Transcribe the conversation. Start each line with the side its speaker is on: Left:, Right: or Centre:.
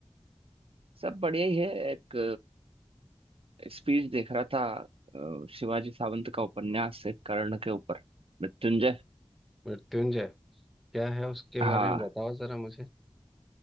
Right: सब बढ़िया ही है एक स्पीच देख रहा था अ, शिवाजी सावंत का उपन्यास है कर्ण के ऊपर मृत्युंजय
Centre: मृत्युंजय क्या है उसके
Right: हाँ
Centre: बारे में बताओ जरा मुझे